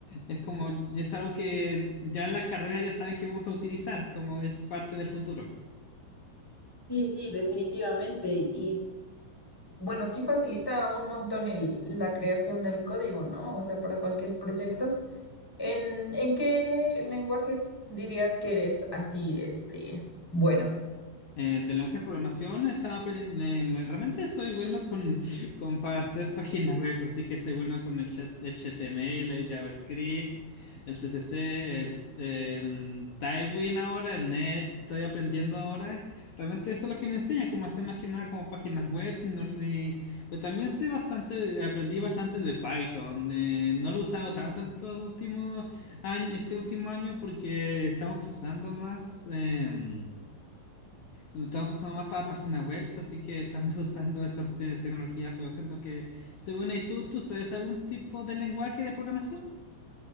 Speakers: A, on the left; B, in the centre.
A: es como, es algo que ya en la carrera ya saben que vamos a utilizar, como es parte del futuro.
B: Sí, sí, definitivamente. Y bueno, sí facilita un montón el, la creación del código, ¿no? O sea, para cualquier proyecto. ¿En, en qué lenguajes dirías que eres así, este, bueno?
A: Eh, de lenguaje de programación estaba aprendiendo, eh, realmente soy bueno con, con para hacer páginas web, así que soy bueno con el chat- HTML, el JavaScript, el CSS, el, el Tailwind ahora, el Next, estoy aprendiendo ahora. Realmente eso es lo que me enseña, cómo hacer más que nada como páginas web, sino, eh, pero también sé bastante, aprendí bastante de Python. eh, no lo he usado tanto estos últimos años, este último año porque estamos pasando más... em, lo estamos pasando más para páginas web, así que estamos <laughs> usando esas te- tecnologías, pero siento que, según ahí tú, ¿tú sabes algún tipo de lenguaje de programación?